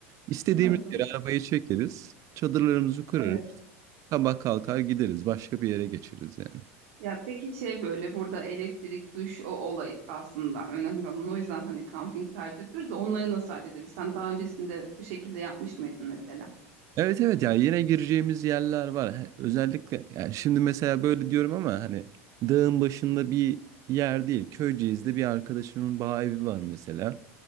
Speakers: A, on the right (about 45°); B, on the right (about 70°).
A: İstediğimiz
B: Nasıl?
A: yere arabayı çekeriz. Çadırlarımızı kurarız.
B: Evet.
A: Sabah kalkar gideriz. Başka bir yere geçeriz yani.
B: Ya peki şey böyle burada elektrik, duş o olay aslında önemli olan. O yüzden hani kamping tercih ediyoruz da onları nasıl hallederiz? Sen daha öncesinde bu şekilde yapmış mıydın mesela?
A: Evet evet ya yine gireceğimiz yerler var. He- Özellikle yani şimdi mesela böyle diyorum ama hani dağın başında bir yer değil. Köyceğiz'de bir arkadaşımın bağ evi var mesela.